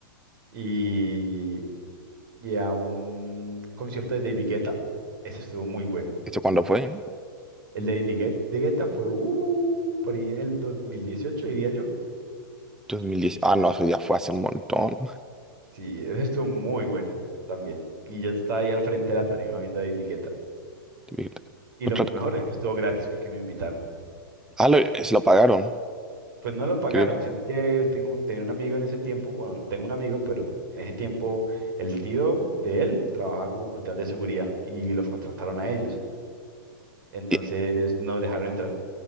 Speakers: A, on the right; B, in the centre.
A: y y a un concierto de David Guetta. Ese estuvo muy bueno.
B: ¿Esto cuándo fue?
A: El de David Guet- de Guetta fue uh, por ahí en el 2018 diría yo.
B: Dos mil diez, Ah, no, eso ya fue hace un montón.
A: Sí, ese estuvo muy bueno también. Y yo estaba ahí al frente de la tarima viendo a David Guetta.
B: <laughs>
A: Y
B: Otra-
A: lo mejor es que estuvo gratis porque me invitaron.
B: Ah, lo, se lo pagaron.
A: Pues no lo pagaron,
B: Creo.
A: sino que tengo un, tenía un amigo en ese tiempo, bueno, no tengo un amigo, pero en ese tiempo el tío de él trabajaba como contador de seguridad y los contrataron a ellos. Entonces
B: Y-
A: nos dejaron entrar.